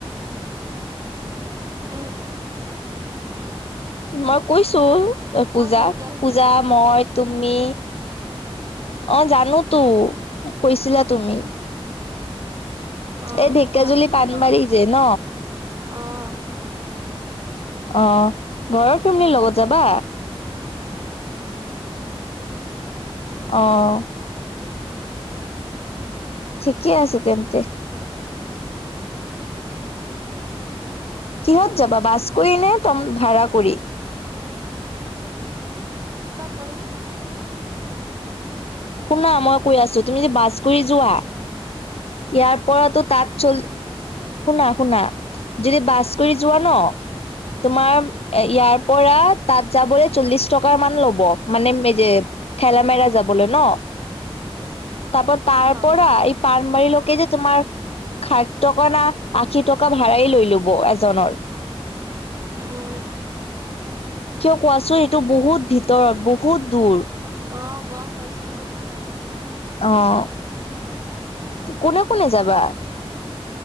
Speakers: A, on the right; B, on the left.
A: উম
B: মই কৈছো পূজাক
A: মই ঢেকীয়াজুলি
B: পূজা
A: যাম।
B: মই তুমি অহ জানোতো কৈছিলা তুমি।
A: অহ।
B: এই ঢেকীয়াজুলি
A: ঘৰৰ ফেমিলিৰ
B: পাণবাৰী
A: লগত যাম বোলো।
B: যে ন
A: অহ।
B: অহ ঘৰৰ ফেমিলিৰ লগত যাবা?
A: উম।
B: অহ ঠিকে আছে তেন্তে। কিহত যাবা বাছ কৰি নে তম ভাড়া কৰি।
A: কৰে
B: শুনা মই কৈ আছো তুমি যে বাছ কৰি যোৱা? ইয়াৰ পৰাতো তাঁত চল শুনা শুনা যদি বাছ কৰি যোৱা ন। তোমাৰ ইয়াৰ পৰা তাত যাবলে চল্লিশ টকা মান ল'ব। মানে মেজে ঠেলামেৰা যাবলে ন। তাপা তাৰ
A: অ
B: পৰা
A: জানো
B: এই পাণমাৰী লৈকে যে তোমাৰ খাদ্যকনা আখি টকা ভাড়াই লৈ লব এজনৰ।
A: উম।
B: কিয় কোৱাচোন এইটো বহুত ভিতৰত বহুত দূৰ।
A: অহ গম পাইছো।
B: অহ কোনে কোনে যাবা?